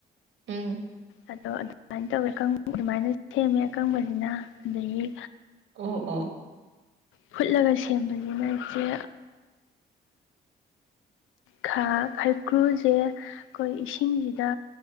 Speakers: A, on the right; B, on the left.
A: ꯎꯝ
B: ꯑꯗꯣ ꯑꯗꯨꯃꯥꯏꯅ ꯇꯧꯋꯦ ꯑꯀ ꯑꯗꯨꯃꯥꯏꯅ ꯁꯦꯝꯃꯦ ꯑꯀꯪꯕꯁꯤꯅ ꯑꯗꯒꯤ
A: ꯑꯣ ꯑꯣ
B: ꯐꯨꯠꯂꯒ ꯁꯦꯝꯕꯁꯤꯅ ꯏꯆꯦ ꯈ ꯈꯩꯀ꯭ꯔꯨꯁꯦ ꯑꯩꯈꯣꯏ ꯏꯁꯤꯡꯁꯤꯗ